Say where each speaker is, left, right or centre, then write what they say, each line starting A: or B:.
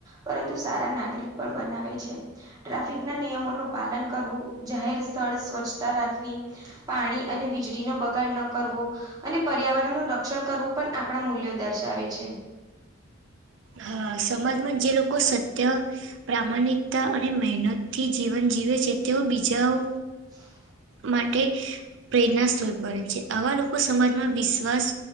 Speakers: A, on the right (about 20°); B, on the right (about 60°).
A: પરંતુ સારા નાગરિક પણ બનાવે છે. ટ્રાફિકના નિયમોનું પાલન કરવું જાહેર સ્થળ સ્વચ્છતા રાખવી. પાણી અને વીજ ડીનો બગાડ ન કરવો અને પર્યાવરણનું રક્ષણ કરવું પણ આપણા મૂલ્યો દર્શાવે છે.
B: હા સમાજમાં જે લોકો સત્ય, પ્રામાણિકતા અને મહેનતથી જીવન જીવે છે તેઓ બીજાઓ.
A: <inaudible>
B: માટે પ્રેરણા સ્ત્રોત બને છે આવા લોકો સમાજમાં વિશ્વાસ